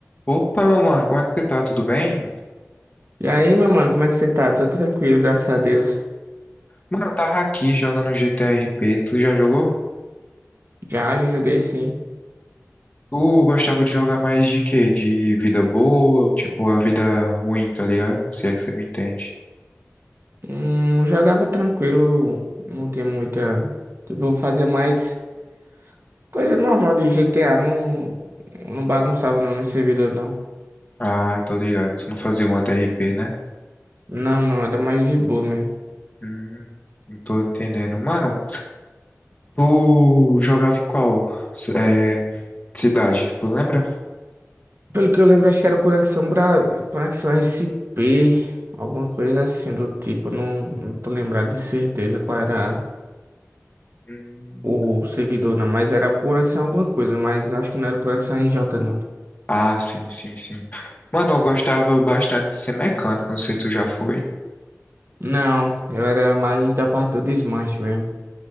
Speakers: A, on the left; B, on the right.
A: Opa, meu mano, como é que você tá? Tudo bem?
B: E aí, meu mano, como é que você tá? Tô tranquilo, graças a Deus.
A: Mano, eu tava aqui jogando GTRP. Tu já jogou?
B: Já, já joguei sim.
A: Tu gostava de jogar mais de quê? De vida boa ou tipo a vida ruim, tá ligado? Se é que você me entende.
B: Hum, eu jogava tranquilo, não tinha muita. Tipo, eu fazia mais coisa normal de GTA, não, não bagunçava não no servidor, não.
A: Ah, tô ligado. Tu não fazia um TRP, né?
B: Não, não, era mais de boa mesmo.
A: Hum, não tô entendendo. Mano, tu jogava em qual c- é, cidade? Tu lembra?
B: Pelo que eu lembro, acho que era Conexão Bra... Conexão SP, alguma coisa assim do tipo, não, não tô lembrado de certeza qual era
A: Hum,
B: o servidor, não, mas era Conexão alguma coisa, mas acho que não era Conexão RJ, não.
A: ah, sim, sim, sim. Mano, eu gostava bastante de ser mecânico. Não sei se tu já foi.
B: Não, eu era mais da parte do desmanche mesmo.